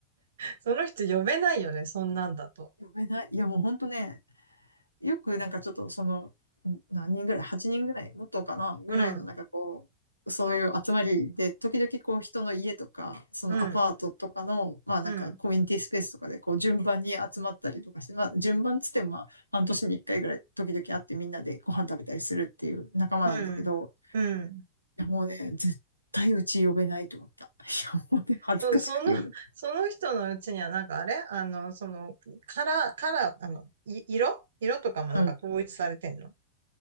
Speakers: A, on the right; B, on the left.
A: その人呼べないよね、そんなんだと。
B: 呼べない。いや、もうほんとね、よくなんかちょっとその、何人ぐらい ?8 人ぐらいもっとかなぐらいのなんかこう、
A: うん、
B: そういう集まりで、時々こう人の家とか、そのアパートとかの、
A: うん、
B: まあなんかコミュニティスペースとかでこう順番に集まったりとかして、
A: うん、
B: まあ順番つってもまあ半年に1回ぐらい時々会ってみんなでご飯食べたりするっていう仲間なんだけど、
A: うん、うん。
B: いやもうね、絶対うち呼べないと思った。いやもうね、恥ずかしくて呼べない。
A: そう、その、<laughs> その人のうちには、なんかあれあの、その、カラー、カラー、あの、い色色とかもなんか統一されてんの。
B: うん